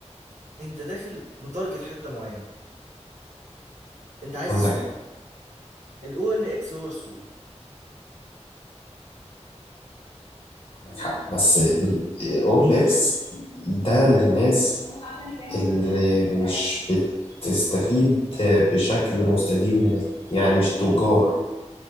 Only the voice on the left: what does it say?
عندك
عندك حق بس أول إكس ده للناس اللي مش بتستفيد بشكل مستديم من ال- يعني مش تجار